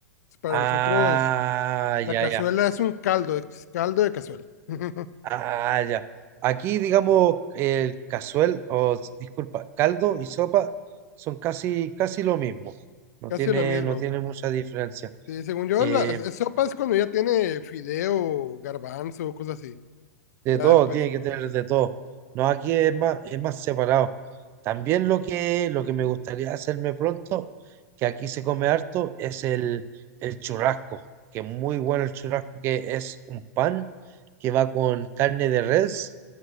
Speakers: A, on the left; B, on the right.
A: Para
B: Ah,
A: nosotros, La
B: ya,
A: cazuela
B: ya.
A: es un caldo, es caldo de cazuela. <laughs>
B: Ah, ya. Aquí, digamos, el cazuel, o s- disculpa, caldo y sopa son casi, casi lo mismo. No
A: Casi
B: tiene,
A: lo mismo.
B: no tiene mucha diferencia.
A: Sí, según yo,
B: Eh,
A: la es- sopa es cuando ya tiene fideo, garbanzo, cosas así.
B: de
A: Ya
B: todo,
A: después.
B: tiene que tener de todo. No, aquí es más, es más separado. También lo que, lo que me gustaría hacerme pronto, que aquí se come harto, es el, el churrasco, que es muy bueno el churrasco, que es un pan que va con carne de res